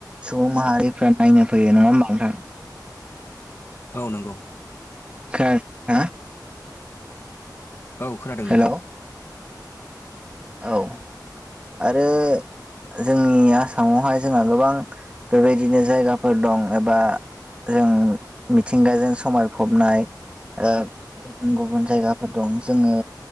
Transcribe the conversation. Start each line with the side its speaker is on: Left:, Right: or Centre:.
Right: सुबुं माहारिफ्रा नायनो फैयो नङा होमबा नोंथां?
Left: औ नंगौ
Right: <unintelligible>
Left: औ खोनादों
Right: हेलौ
Left: नोंथां।
Right: औ आरो जोंनि आसामावहाय जोंहा गोबां बेबायदिनो जायगाफोर दं एबा जों मिथिंगाजों समायफबनाय ओ गुबुन गुबुन जायगाफोर दं जोङो